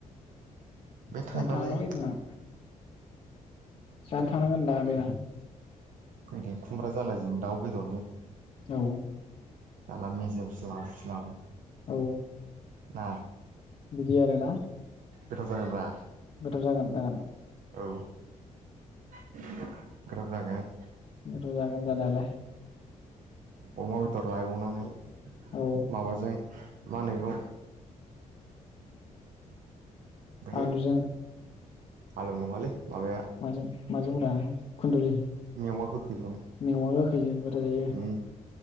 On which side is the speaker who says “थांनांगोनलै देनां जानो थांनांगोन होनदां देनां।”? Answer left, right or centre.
Left